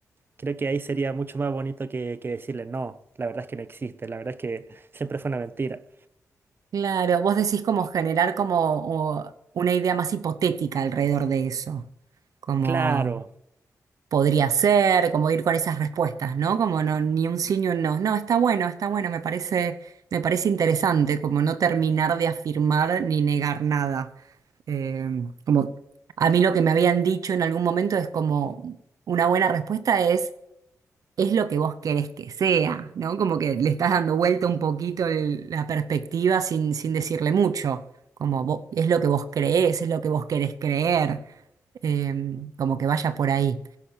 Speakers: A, on the right; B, on the right.
A: creo que ahí sería mucho más bonito que, que decirle, no, la verdad es que no existe, la verdad es que siempre fue una mentira.
B: Claro, vos decís como generar como o, una idea más hipotética alrededor de eso. Como
A: Claro,
B: podría ser, como ir con esas respuestas, ¿no? Como no, ni un sí ni un no. No, está bueno, está bueno, me parece, me parece interesante, como no terminar de afirmar ni negar nada. Eh, como a mí lo que me habían dicho en algún momento es como una buena respuesta es es lo que vos querés que sea, ¿no? Como que le estás dando vuelta un poquito el- la perspectiva sin, sin decirle mucho. Como vo- es lo que vos creés, es lo que vos querés creer, eh, como que vaya por ahí.